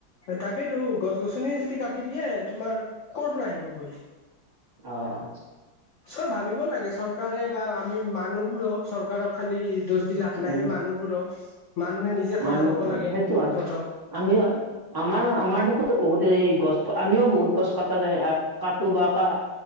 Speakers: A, on the left; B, on the right.
A: তাকেইতো গছ গছনি যদি কাটি দিয়ে তোমাৰ কৰ পৰা আহিব বৈ
B: আহ।
A: চব ভাবিব লাগে চৰকাৰে বা আমি মানুহবোৰক চৰকাৰক খালি। দোষ দি লাভ নাই
B: উম
A: মানুহবোৰো। মানুহে নিজে সজাগ
B: মানুহ
A: হব লাগে
B: সেইটো আৰু
A: প্ৰথম
B: আমিও। আমাৰ আমাৰ দোশটো বহুত এই গছ আমিও বহুত গছ কটা যায়। কাটো বা ক